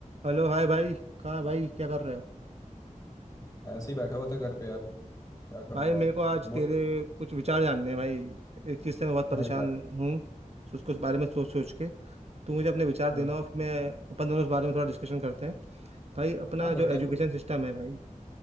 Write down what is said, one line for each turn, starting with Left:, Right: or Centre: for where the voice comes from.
Right: Hello hi भाई कहाँ है भाई क्या कर रहे हो
Left: ऐसे ही बैठा हुआ था घर पे यार क्या करूंगा
Right: भाई मेरे
Left: यार
Right: को आज
Left: बहुत
Right: तेरे कुछ विचार जानने हैं भाई एक चीज़ से मैं बहुत परेशान
Left: है यार
Right: हूँ सोच कुछ बारे में सोच सोच के तू मुझे अपने विचार देना
Left: हाँ
Right: और फिर मैं अपन दोनों इस बारे में थोड़ा डिस्कशन करते हैं भाई अपना
Left: हाँ करते
Right: जो एजुकेशन
Left: हैं
Right: सिस्टम है भाई